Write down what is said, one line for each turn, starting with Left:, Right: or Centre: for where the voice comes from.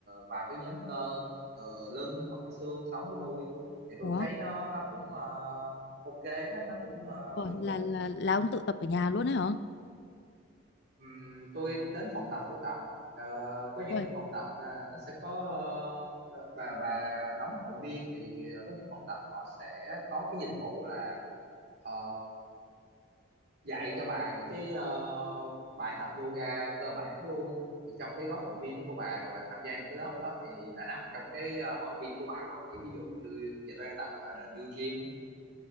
Right: vào cái nhóm cơ ờ, lưng hoặc là xương sống của tôi thì tôi
Left: ủa
Right: thấy nó nó cũng ờ, ok đó nó cũng ờ,
Left: ủa,
Right: được
Left: là
Right: á
Left: là là ông tự tập ở nhà luôn ấy hả
Right: Ừm, tôi đến phòng tập tôi tập Ờ, có những
Left: ủa
Right: cái phòng tập là nó sẽ có ờ, bà bà đóng hội viên thì ờ, có những phòng tập họ sẽ có cái dịch vụ là ờ, dạy cho bà những cái ờ, bài tập yoga cơ bản luôn Thì trong cái gói hội viên đó của bà rồi bà tham gia những cái lớp đó thì đã nằm trong cái ờ, hội viên của bà rồi ví dụ như giờ tôi đang tập là The New Gym á.